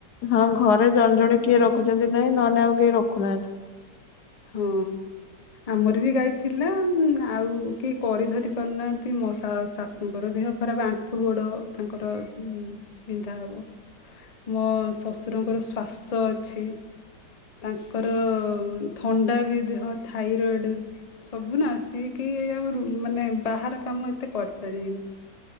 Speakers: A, on the left; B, on the left.
A: ହଁ ଘରେ ଜଣେ ଜଣେ କି କିଏ ରଖୁଚନ୍ତି ନାଇଁ ନହ ନେ ଆଉ କିଏ ରଖୁନାହାନ୍ତି।
B: ହୁଁ। ଆମର ବି ଗାଇଥିଲା ଆଉ କିଏ କରି ଧରି ପାରୁନାହାନ୍ତି ମୋ ଶ ଶାଶୁଙ୍କର ଦେହ ଖରାପ ଆଣ୍ଠୁ ଗୋଡ ତାଙ୍କର ଉ ବିନ୍ଧା ହବ। ମୋ ଶ୍ୱଶୁରଙ୍କର ଶ୍ଵାସ ଅଛି ତାଙ୍କର ଥଣ୍ଡା ବି ଦେହ ଥାଇରଏଡ ସବୁ ନା, ସିଏ କିଏ ଆଉ ମାନେ ବାହାର କାମ ମ ଏତେ କରିପାରିବିନି।